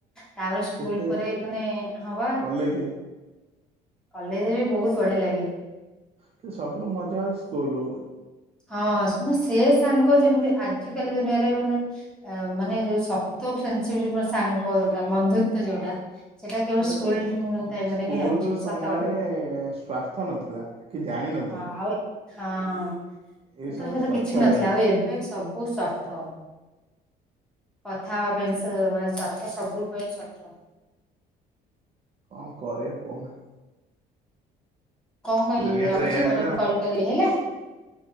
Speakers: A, in the centre; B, on the right.
A: ତାପରେ ସ୍କୁଲ
B: କେତେ
A: ପରେ ମାନେ ହଁ ପା
B: କଲେଜ
A: କଲେଜରେ ବି ବହୁତ ବଢିଆ ଲାଗେ।
B: ତ ସବୁରୁ ମଜା ହଉଚି ସ୍କୁଲ।
A: ହଁ ସେ ସାଙ୍ଗ ଯେମିତି ଆଜି କାଲି ଦୁନିଆରେ ମାନେ ଆ ମାନେ ଯୋଉ ସକ୍ତ ଫ୍ରେଣ୍ଡସିପ୍ ଯୋଉ ମାନେ ସାଙ୍ଗ ଯୋଉଟା ବନ୍ଧୁତ୍ବ ଯୋଉଟା। ସେଟା କେବଳ
B: ହେତଳେ
A: ସ୍କୁଲ ଟାଇମ
B: ସ୍କୁଲ
A: ରେ ହିଁ ଅଛି
B: ସମୟରେ
A: ସତ କଥା
B: ସ୍ଵାର୍ଥ ନଥିଲା କି ଜାଣିନ
A: ହଁ ଆଉ ହଁ ସେତଳେ
B: ଏଇ ସମୟ
A: ସେତଳେ
B: ସ୍ଵାର୍ଥ
A: କିଛି
B: ହେଇଗଲା
A: ନଥିଲା ଆଉ ଏ ବେ ସବୁ ସ୍ୱାର୍ଥ। କଥା ହବା ପାଇଁ ସେ ମାନେ ସାର୍ଥ ସବୁ ପାଇଁ ସାର୍ଥ।
B: କଣ କରିବା କହୁନା?
A: କଣ କହିଲି
B: ଦୁନିଆ
A: ରଖୁଛି
B: ତ ଏଇଆ
A: ପ
B: ହେଲା
A: <unintelligible> ହେଲା